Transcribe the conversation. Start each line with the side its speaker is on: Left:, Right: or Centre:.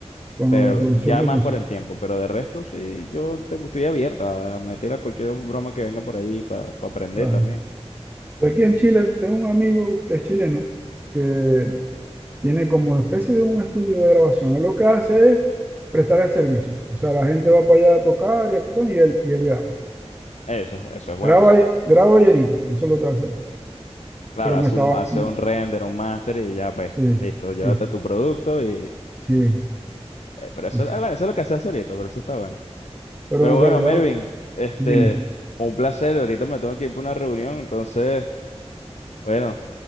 Right: con
Left: Pero
Right: la producción
Left: ya
Right: de
Left: más
Right: música.
Left: por el tiempo, pero de resto sí, yo tengo, estoy abierta a meter a cualquier broma que venga por ahí para aprender
Right: Claro.
Left: también.
Right: Yo aquí en Chile tengo un amigo que es chileno, que tiene como especie de un estudio de grabación. Él lo que hace es prestar el servicio. O sea, la gente va para allá a tocar y a tocar, y él, y él graba.
Left: Eso, es- eso es bueno,
Right: Graba
Left: o sea,
Right: y, graba y edita, eso es lo que hace.
Left: claro,
Right: Pero
Left: haz
Right: me estaba...
Left: un, hace
Right: Sí,
Left: un render, un master y ya pues,
Right: sí,
Left: listo, llévate
Right: sí,
Left: tu producto y...
Right: sí.
Left: eh, pero eso,
Right: sí.
Left: ah, bueno, eso es lo que haces ahorita, pero eso está bueno.
Right: Pero
Left: Pero
Right: en
Left: bueno,
Right: realidad,
Left: Mervin, este,
Right: dime,
Left: un placer, ahorita me tengo que ir para una reunión, entonces, bueno,